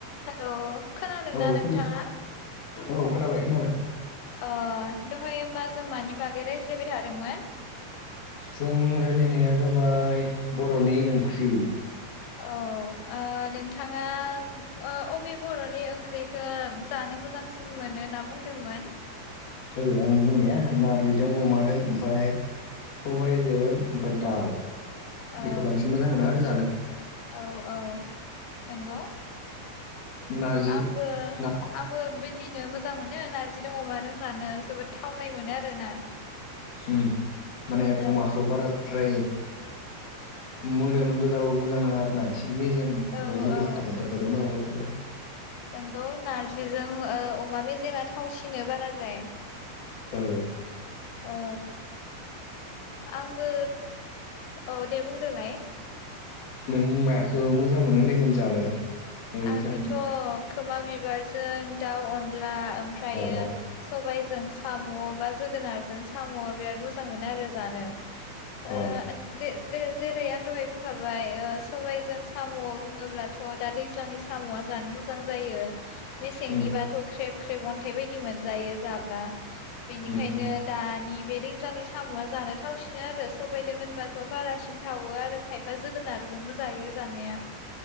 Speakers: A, on the left (about 85°); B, on the left (about 55°).
A: हेलौ खोनादोंना
B: औ खोना
A: नोंथाङा
B: औ खोनाबाय खोनाबाय
A: ओ दहाय होमबा जों मानि बागै रायज्लायबाय थादोंमोन
B: जों राय्लायनाया जाबाय बर'नि ओंख्रि
A: औ नोंथाङा अबे बर'नि ओंख्रिखौ जानो मोजांसिन मोनो होनना बुंदोंमोन
B: आं बुंनाया नारजि दों अमादों ओमफ्राय सबायजों ओमफ्राय दाउ
A: औ
B: बेखौ बांसिन मोजां मोनो आरो जानो
A: औ औ नंगौ
B: नारजि
A: आंबो
B: ना
A: आंबो बिदिनो मोजां मोनो नारजि दों अमादों जानो जोबोद थावनाय मोनो आरोना
B: ओम माने
A: औ
B: अमाखौ बाराद्राय मोदोम गोजाबाबो मोजां नांङा आरो ना एसे एसे मेजेम ओमफ्राय
A: औ
B: मोदोम
A: औ
B: थाबफा देरबाथाय मोजां जाथारबाय
A: नंगौ नारजिजों अमा मेजेमा थावसिनो बाराद्राय
B: औ
A: ओ आंबो औ दे बुंदोलाय
B: नों मायाखौ मोजां मोनो होननायमोन जानो ओ
A: आङोथ'
B: थां
A: खोमा बिबारजों दाउ अनला अनला ओमफ्रायो
B: अ अ
A: सबाय जों साम' बा जोगोनारजों साम' बिराद मोजां मोनो आरो जानो <unintelligible>
B: अ
A: जेर जेरै आं दहाय बुंखाबाय सबायजों साम' बुङोब्लाथ' दा दै ज्लांनि साम'आ जानो मोजां जायो मेसेंनिबाथ'
B: उम
A: ख्रेब ख्रेब अन्थाइ बायदि मोनजायो जाब्ला बेनिखायनो
B: उम उम
A: दानि बे दैज्लांनि साम'आ जानो थावसिनो आरो सबायदों होनबाथ' बारासिन थावो आरो खायफा जोगोनार जोंबो जायो जानाया